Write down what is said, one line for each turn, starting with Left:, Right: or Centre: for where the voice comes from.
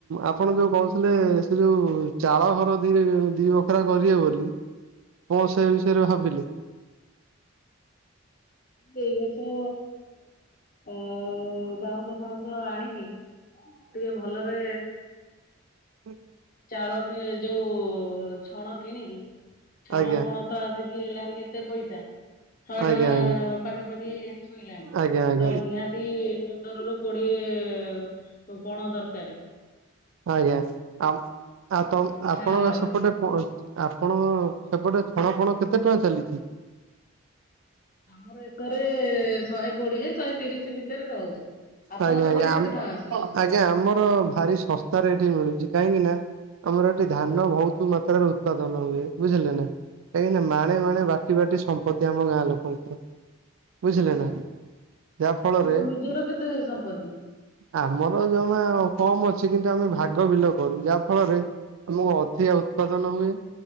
Right: ଆପଣ ଯୋଉ କହୁ ଥିଲେ ସେ ଯୋଉ ଚାଳ ଘର ଦି ଦି ବଖରା କରିବେ ବୋଲି। କଣ ସେ ବିଷୟରେ ଭାବିଲି।
Left: ଏଇ ବର୍ଷ ଅ ବାଉଁଶ ଫାଉଁସ ଆଣିକି ଟିକେ ଭଲରେ
Right: ହୁଁ।
Left: ଚାଳ କି ଯୋଉ ଛଣ କିଣିକି ଛଣ
Right: ଆଜ୍ଞା
Left: ପଣ ତ ଆସିକି ହେଲାଣି ଏତେ ପଇସା। ଶହେ ଟଙ୍କା
Right: ଆଜ୍ଞା ଆଜ୍ଞା
Left: ପାଖାପାଖି ଛୁଇଁଲାଣି।
Right: ଆଜ୍ଞା ଆଜ୍ଞା।
Left: ତ ନିହାତି ଇଏ ପନ୍ଦର ରୁ କୋଡିଏ ପଣ ଦରକାରେ।
Right: ଆଜ୍ଞା ଆପ୍ ଆ ତମ୍
Left: ଛା
Right: ଆପଣଙ୍କ
Left: ହବା
Right: ସେପଟେ
Left: ପାଇଁ
Right: ପୁଅ ଆପ୍ ଆପଣ ସେପଟେ ଛଣପଣ କେତେ ଟଙ୍କା ଚାଲିଛି।
Left: ଆମର ଏକରେ ଶହେ। କୋଡିଏ ଶହେ ତିରିଶ ଭିତରେ ରହୁଛି ଆପଣଙ୍କ
Right: ଆଜ୍ଞା ଆଜ୍ଞା
Left: ସିଆଡେ କେତେ ଟଙ୍କା ଆସୁଛି?
Right: ଆଜ୍ଞା ଆମର ଭାରି ସସ୍ତାରେ ଏଠି ମିଳୁଛି। କାହିଁକି ନା, ଆମର ଏଠି ଧାନ ବହୁତ ମାତ୍ରାରେ ଉତ୍ପାଦନ ହୁଏ, ବୁଝିଲେ ନା? କାହିଁକି ନା ମାଣେ ମାଣେ,
Left: ଆଜ୍ଞା।
Right: ବାଟି ବାଟି ସମ୍ପତ୍ତି, ଆମ ଗାଁ ଲୋକଙ୍କର ବୁଝିଲେ ନା ଯାହା ଫଳରେ
Left: ଆପଣଙ୍କ ନିଜର କେତେ ସମ୍ପତ୍ତି?
Right: ଆମର ଜମା କମ ଅଛି କିନ୍ତୁ ଆମେ ଭାଗ ବିଲ କରୁ, ଯାହା ଫଳରେ ଆମକୁ ଅଧିକା ଉତ୍ପାଦନ ହୁଏ।